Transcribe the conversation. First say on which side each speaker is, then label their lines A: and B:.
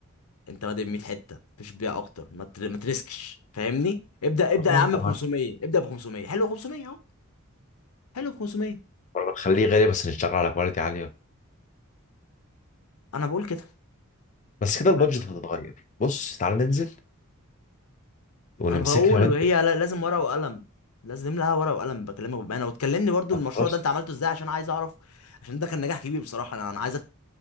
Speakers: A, on the left; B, on the left.
A: انت بادئ ب 100 حته ما فيش بيع اكتر ما تر- ما تريسكش فاهمني ابدا ابدا
B: والله
A: يا عم
B: أنت معاك
A: ب 500 ابدا ب 500 حلو 500 اهو حلو ب 500
B: ولا نخليه غالي بس نشتغل على كواليتي عالية
A: انا بقول كده
B: بس
A: انت
B: كده البادجت
A: فاهم قصدي
B: هتتغير بص تعالى ننزل ونمسكها
A: انا بقول
B: بنت
A: وهي لا- لازم ورقه وقلم لازم لها ورقه وقلم بكلمك بامانه وتكلمني برضو
B: طب
A: المشروع
B: خلاص
A: ده انت عملته ازاي عشان عايز اعرف عشان ده كان نجاح كبير بصراحه انا انا عايزك